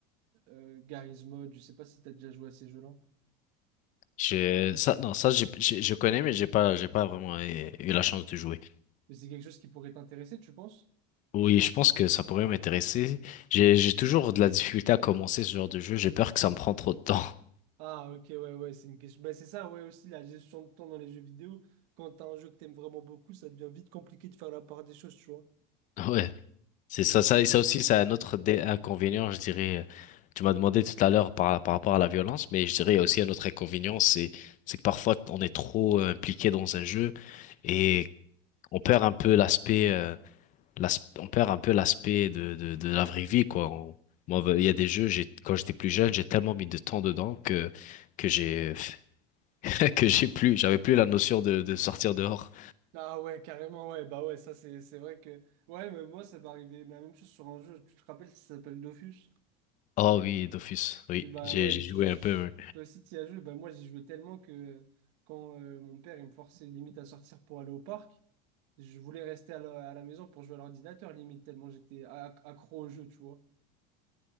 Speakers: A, on the right (about 60°); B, on the left (about 40°).
A: euh, Garry's Mod. Je sais pas si tu as déjà joué à ces jeux-là,
B: Je, ça, non, ça, j'ai- j'ai- je connais, mais j'ai pas, j'ai pas vraiment euh, eu la chance de jouer.
A: mais c'est quelque chose qui pourrait t'intéresser, tu penses?
B: Oui, je pense que ça pourrait m'intéresser. J'ai, j'ai toujours de la difficulté à commencer ce genre de jeu. J'ai peur que ça me prend trop de temps.
A: Ah, ok, ouais, ouais, c'est une question. Bah, c'est ça, ouais, aussi la gestion de temps dans les jeux vidéo. Quand t'as un jeu que t'aimes vraiment beaucoup, ça devient vite compliqué de faire la part des choses, tu vois.
B: <laughs> Ouais. C'est
A: Ça,
B: ça,
A: c'est
B: ça, ça aussi,
A: clarinette.
B: c'est un autre dé- inconvénient, je dirais. euh, Tu m'as demandé tout à l'heure par, par rapport à la violence, mais je dirais il y a aussi un autre inconvénient, c'est c'est que parfois on est trop euh, impliqué dans un jeu et on perd un peu l'aspect, euh, l'as- on perd un peu l'aspect de, de, de la vraie vie, quoi. On- moi, il y a des jeux, j'ai, quand j'étais plus jeune, j'ai tellement mis de temps dedans que que j'ai <laughs> que j'ai plus, j'avais plus la notion de, de sortir dehors.
A: Ah ouais, carrément, ouais. Bah ouais, ça, c'est c'est vrai que... Ouais, mais moi, ça m'est arrivé la même chose sur un jeu. Tu te rappelles, ça s'appelle Dofus?
B: Oh oui, Dofus, oui,
A: Et bah
B: j'ai
A: ouais,
B: j'ai
A: je-
B: joué un peu. oui.
A: toi aussi tu y as joué. Bah moi j'y jouais tellement que quand euh, mon père il me forçait limite à sortir pour aller au parc, Je voulais rester à la, à la maison pour jouer à l'ordinateur, limite, tellement j'étais a- accro au jeu, tu vois.